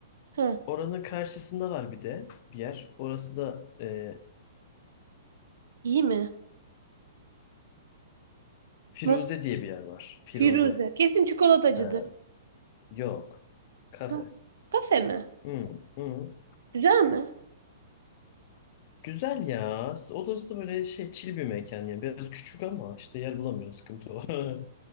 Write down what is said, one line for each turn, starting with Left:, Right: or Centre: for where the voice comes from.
Right: Heh,
Left: oranın karşısında var bir de bir yer. Orası da e,
Right: iyi mi?
Left: Firuze
Right: Nasıl?
Left: diye bir yer var. Firuze.
Right: Firuze. Kesin çikolatacıdır.
Left: Ha, yok. Kafe.
Right: Nasıl? Kafe mi?
Left: Hı, hı.
Right: Güzel mi?
Left: Güzel ya. Odası da böyle şey çil bir mekan yani. Biraz küçük ama işte yer bulamıyoruz. Sıkıntı o. <laughs>